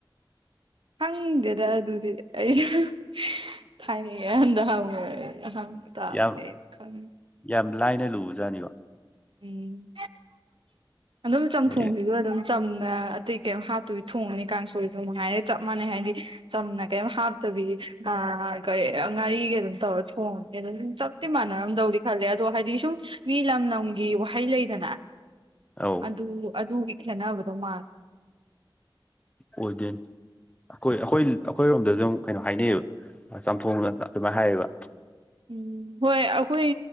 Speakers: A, on the right (about 75°); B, on the left (about 15°).
A: ꯈꯪꯗꯦꯗ ꯑꯗꯨꯗꯤ ꯑꯩꯁꯨ ꯊꯥꯏꯅꯒꯤ ꯑꯍꯥꯟꯗ ꯍꯪꯕ ꯇꯥꯕꯅꯦ
B: ꯌꯥꯝ
A: ꯈꯪꯗꯦ
B: ꯌꯥꯝ ꯂꯥꯏꯅ ꯂꯨꯕꯖꯥꯠꯅꯤꯀꯣ
A: ꯎꯝ ꯑꯗꯨꯝ ꯆꯝꯊꯣꯡꯖꯤꯗꯣ
B: ꯑꯩꯅ
A: ꯑꯗꯨꯝ ꯆꯝꯅ ꯑꯇꯩ ꯀꯩ ꯍꯥꯠꯇꯣꯏꯗꯤ ꯊꯣꯡꯉꯅꯤ ꯀꯥꯡꯁꯣꯏꯁꯨ ꯅꯨꯡꯉꯥꯏꯔꯦ ꯆꯞ ꯃꯥꯟꯅꯩ ꯍꯥꯏꯗꯤ ꯆꯝꯅ ꯀꯩꯝ ꯍꯥꯞꯇꯕꯤ ꯑ ꯉꯥꯔꯤꯒ ꯑꯗꯨꯝ ꯇꯧꯔ ꯊꯣꯡꯉꯅꯤ ꯑꯗꯝ ꯆꯞ ꯇꯤ ꯃꯥꯟꯅꯔꯝꯗꯧ ꯈꯜꯂꯦ ꯑꯗꯣ ꯍꯥꯏꯗꯤ ꯁꯨꯝ ꯃꯤ ꯂꯝ ꯂꯝ ꯒꯤ ꯋꯥꯍꯩ ꯂꯩꯗꯅ
B: ꯑꯧ
A: ꯑꯗꯨ ꯑꯗꯨꯒꯤ ꯈꯦꯠꯅꯕꯗꯣ ꯃꯥꯜꯂꯦ
B: ꯑꯣꯏꯗꯟ ꯑꯩꯈꯣꯏ ꯑꯩꯈꯣꯏ ꯑꯩꯈꯣꯏꯔꯣꯝꯗꯁꯨꯝ ꯀꯩꯅꯣ ꯍꯥꯏꯅꯩꯌꯦꯕ ꯆꯝꯊꯣꯡꯅ ꯑꯗꯨꯃꯥꯏꯅ ꯍꯥꯏꯌꯦꯕ
A: ꯎꯝ ꯍꯣꯏ ꯑꯩꯈꯣꯏ